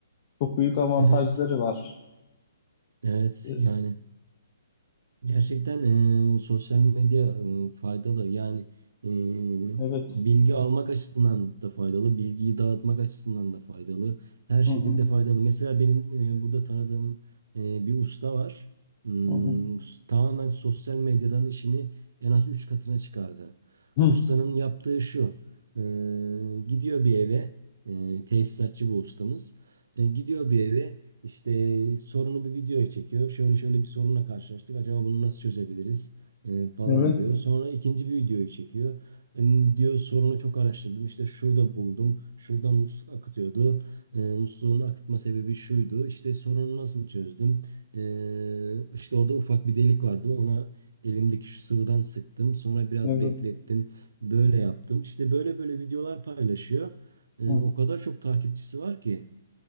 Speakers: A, on the left (about 25°); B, on the right (about 85°).
A: Çok büyük avantajları
B: Evet.
A: var.
B: Evet
A: E,
B: yani Gerçekten eee, sosyal medya eee, faydalı. Yani eee,
A: evet.
B: bilgi almak açısından da faydalı, bilgiyi dağıtmak açısından da faydalı. Her şekilde
A: Hı hı,
B: faydalı. Mesela benim eee, burada tanıdığım eee, bir usta var. Hmm,
A: hı hı.
B: s- tamamen sosyal medyadan işini en az 3 katına çıkardı.
A: Hı.
B: Ustanın yaptığı şu. eee, gidiyor bir eve, eee tesisatçı bu ustamız. Eee, gidiyor bir eve, işte sorunu bir videoya çekiyor. Şöyle şöyle bir sorunla karşılaştık. Acaba bunu nasıl çözebiliriz? E, falan
A: Evet,
B: diyor. Sonra ikinci bir videoyu çekiyor. Hani diyor sorunu çok araştırdım. İşte şurada buldum. Şuradan musluk akıtıyordu. E, musluğun akıtma sebebi şuydu. İşte sorunu nasıl çözdüm? E, işte orada ufak bir delik vardı. Ona elimdeki şu sıvıdan sıktım. Sonra biraz
A: evet.
B: beklettim. Böyle yaptım. İşte böyle böyle videolar paylaşıyor. E,
A: Hı,
B: o kadar çok takipçisi var ki.